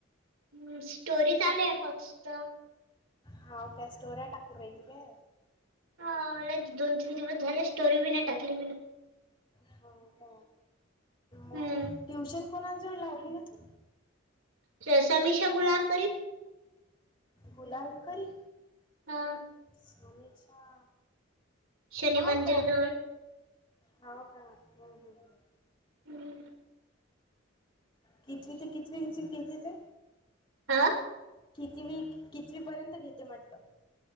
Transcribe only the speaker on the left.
हा गॅस स्टोर आहे टाकूर राहिल ग
हाव का मग
ट्युशन कोणा जवळ लावली ग तू
गुलाल करी
समीक्षा
हो
का,
हो का ह, ह, ह
कितवी ते कितवी ची घेते ते
कितीवी, कितवी पर्यंत घेते म्हटलं